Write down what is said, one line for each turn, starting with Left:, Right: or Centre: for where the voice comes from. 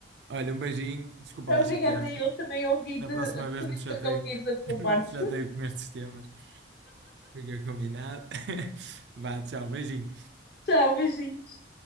Right: Olha, um beijinho, desculpa
Left: Obrigada,
Right: lá chatear-te.
Left: eu também ouvi,
Right: Da
Left: de,
Right: próxima vez
Left: também
Right: não te
Left: gostei
Right: chateio,
Left: de ouvir da tua
Right: <laughs> não
Left: parte.
Right: te chateio
Left: <laughs>
Right: com estes temas. Fica combinado. <laughs> Vá, tchau, beijinho.
Left: Tchau, beijinhos.